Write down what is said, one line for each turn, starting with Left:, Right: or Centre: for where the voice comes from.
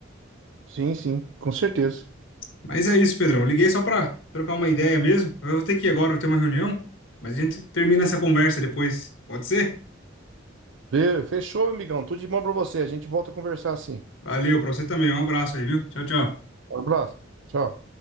Right: Sim, sim, com certeza.
Left: Mas é isso, Pedrão. Eu Liguei só pra trocar uma ideia mesmo. Eu vou ter que ir agora, vou ter uma reunião. Mas a gente termina essa conversa depois. Pode ser?
Right: Be, Fechou, amigão. Tudo de bom pra você. A gente volta a conversar assim.
Left: Valeu, pra você também. Um abraço aí, viu? Tchau, tchau.
Right: Um abraço. Tchau.